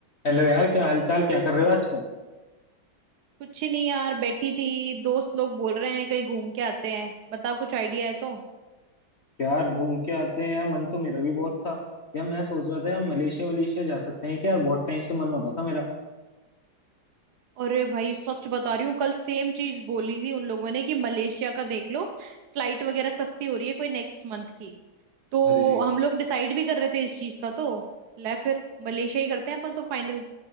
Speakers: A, on the left; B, on the right.
A: Hello यार क्या हालचाल क्या कर रहे हो आजकल
B: कुछ नहीं यार बैठी थी दोस्त लोग बोल रहे हैं कहीं घूम के आते हैं बता कुछ आइडिया है तो
A: यार घूम के आते हैं यार मन तो मेरा भी बहुत था यार मैं सोच रहा था यार मलेशिया वलेशिया जा सकते हैं क्या यार बहुत टाइम से मन हो रहा था मेरा
B: अरे भाई सच बता रही हूँ कल सेम चीज बोली थी उन लोगों ने कि मलेशिया का देख लो फ्लाइट वगैरह सस्ती हो रही है कोई नेक्स्ट मंथ की तो
A: अरे
B: हम लोग डिसाइड भी कर रहे थे इस चीज का तो ले फिर मलेशिया ही करते हैं अपन तो फाइनल